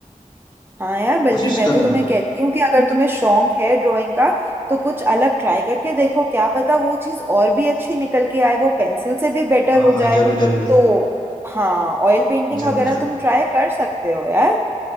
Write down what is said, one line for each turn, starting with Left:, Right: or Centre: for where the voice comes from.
Right: हाँ यार बल्कि
Left: कोशिश
Right: मैं
Left: करूंगा
Right: तो तुम्हें कहती हूँ कि अगर तुम्हें शौक है ड्राइंग का तो कुछ अलग ट्राई करके देखो क्या पता वो चीज़ और भी अच्छी निकल के आए वो पेंसिल से भी बेटर
Left: हाँ
Right: हो
Left: हाँ
Right: जाए
Left: जरूर जरूर
Right: तो हाँ ऑयल पेंटिंग
Left: ज़रूर,
Right: वगैरह
Left: ज़रूर।
Right: तुम ट्राई कर सकते हो यार